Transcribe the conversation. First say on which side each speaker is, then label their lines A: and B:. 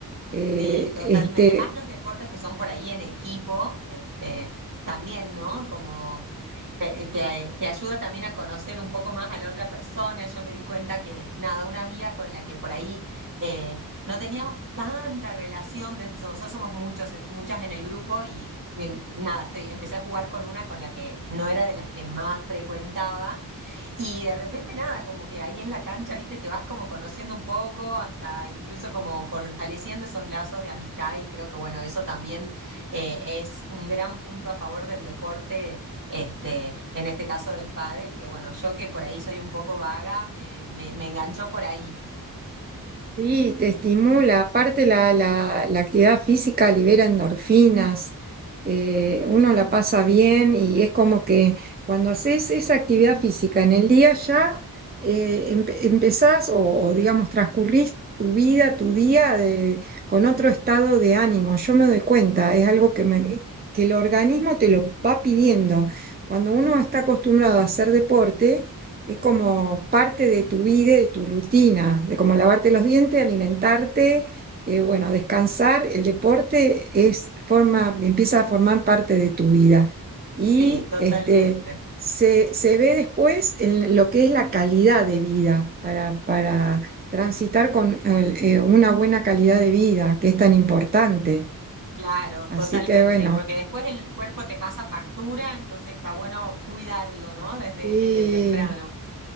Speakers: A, on the right; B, on the right.
A: Eh,
B: Sí, totalmente.
A: este,
B: Más los deportes que son por ahí en equipo, este, también, ¿no? Como te, te- te ayuda también a conocer un poco más a la otra persona. Yo me di cuenta que, nada, una amiga con la que por ahí eh, no teníamos tanta relación, de, nosotros somos muchos, en- muchas en el grupo y, mm, nada, estoy, empecé a jugar con una con la que no era de las que más frecuentaba. Y de repente nada, como que ahí en la cancha, viste, te vas como conociendo un poco, hasta incluso como fortaleciendo esos lazos de amistad y creo que bueno, eso también eh, es un gran punto a favor del deporte, este, en este caso del pádel, que bueno, yo que por ahí soy un poco vaga, me, me, me enganchó por ahí.
A: Sí, te estimula. Aparte la, la- la actividad física libera endorfinas, eh, uno la pasa bien y es como que cuando haces esa actividad física en el día ya eh, empe- empezás o, o, digamos transcurrís tu vida, tu día de- con otro estado de ánimo. Yo me doy cuenta, es algo que, me- eh, que el organismo te lo va pidiendo. Cuando uno está acostumbrado a hacer deporte es como parte de tu vida, de tu rutina, de como lavarte los dientes, alimentarte, eh, bueno, descansar. El deporte es forma, empieza a formar parte de tu vida. Y
B: Sí, totalmente.
A: este, se, se ve después en lo que es la calidad de vida, para, para transitar con eh, eh, una buena calidad de vida, que es tan importante.
B: Claro,
A: Así
B: totalmente,
A: que bueno,
B: porque después el cuerpo te pasa factura, entonces está bueno cuidarlo, ¿no? Desde,
A: sí,
B: desde temprano.